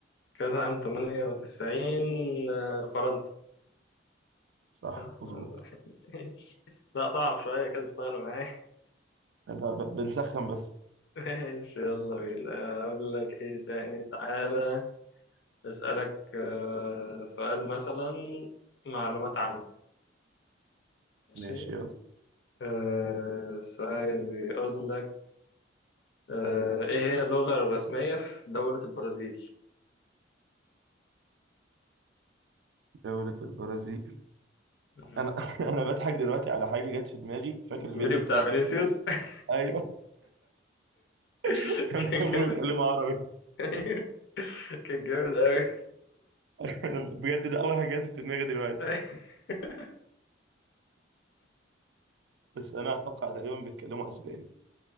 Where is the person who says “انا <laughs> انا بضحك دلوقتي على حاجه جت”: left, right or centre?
Right